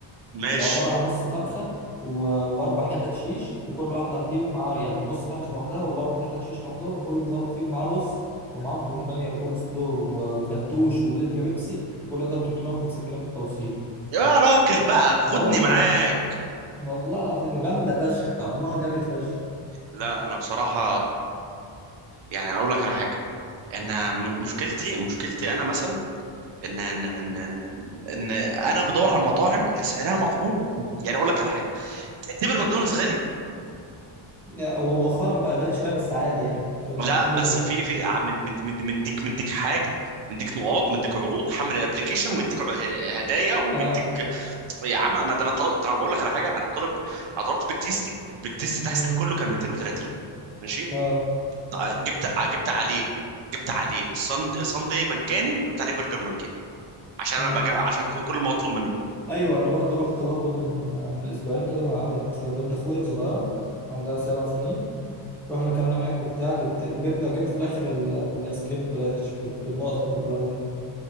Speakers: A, on the right; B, in the centre.
A: ماشي
B: بت- عباره عن نص فرخه و- واربع حتت شيش وكل واحده فيهم مع يعني نص فرخه لوحدها والاربع حتت شيش لوحدهم وكل طبق فيهم معاه رز ومعاهم توميه وكول سلو و- وفتوش ولتر بيبسي كل ده ب 350 جنيه بالتوصيل
A: يا راجل بقى خدني
B: اه والله
A: معاك
B: والله العظيم وجامده فشخ طعمها جامد فشخ
A: لا انا بصراحه يعني اقول لك على حاجه ان م- مشكلتي مشكلتي انا مثلا ان ان ان ان, إن انا بدور على المطاعم اللي سعرها مقبول و- يعني اقول لك على حاجه تعتبر ماكدونالدز غالي
B: هو مؤخرا بقى غالي شويه بس عادي يعني في المقبول
A: لا بس
B: برضه
A: في في عم- من من مديك مديك حاجه مديك نقاط مديك عروض حمل الابلكيشن ويديك ه- هدايا وبيديك
B: اه
A: يا عم انا ده انا طل- ده انا بقول لك على حاجه انا طالب انا طلبت بيك تيستي البيك تيست ده
B: امم
A: حسابي كله كان 230 ماشي
B: اه
A: ط- جبت جبت عليه جبت عليه صند صندي مجاني وجبت عليه برجر مجاني عشان
B: امم
A: انا بجا عشان ك- كل ما اطلب منهم
B: ايوه انا برضو رحت برضو من آه، من اسبوعين كده مع بنت بنت اخويا صغيره عندها سبع سنين رحنا اكلنا ماك وبتاع جبت وجبنا جبت في الاخر ال- الايس كريم ببلاش بالنقط اللي انت بتقول عليها دي